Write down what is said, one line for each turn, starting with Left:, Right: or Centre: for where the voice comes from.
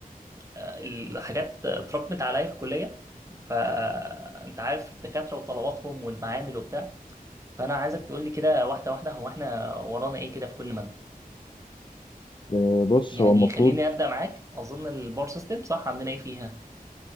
Right: آه، الحاجات اتراكمت عليا في الكليه فانت عارف الدكاتره وطلباتهم والمعامل وبتاع فانا عايزك تقول لي كده واحده واحده هو احنا ورانا ايه كده في كل ماده
Left: آه، بص
Right: يعني
Left: هو المفروض
Right: خليني ابدا معاك اظن الباور سيستم صح عندنا ايه فيها